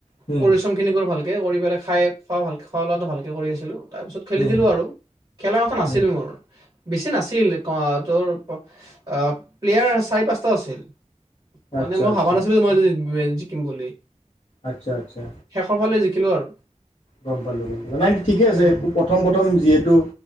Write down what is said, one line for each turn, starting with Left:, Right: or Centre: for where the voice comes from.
Left: হুম
Right: পৰিশ্ৰম খিনি কৰো ভালকে। এ কৰি পেলাই, খাই খোৱা ভালকে, খোৱা লোৱাটো ভালকে কৰি আছিলো। তাৰ পিছত খেলি
Left: হুম
Right: দিলো আৰু খেলা কথা নাছিল
Left: হুম
Right: মোৰ। বেছি নাছিল। ক তোৰ অ', প্লেয়াৰ চাৰি পাঁচটা আছিল। মানে
Left: আচ্ছা
Right: মই
Left: আচ্ছা
Right: ভাবা নাছিলো, মই যে <unintelligible> জিকিম বুলি।
Left: আচ্ছা আচ্ছা,
Right: শেষৰ ফালে জিকিলোঁ আৰু
Left: গম পালো গম পালো, নাই ঠিকেই আছে
Right: উম
Left: প্ৰথম প্ৰথম যিহেতু।